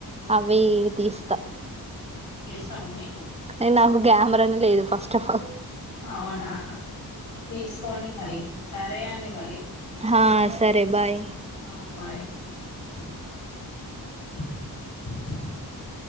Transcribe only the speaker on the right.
అవి తీస్తా.
యా నాకు క్యామెరానే లేదు ఫస్ట్. ఆఫ్ ఆల్
హా సరే బాయ్.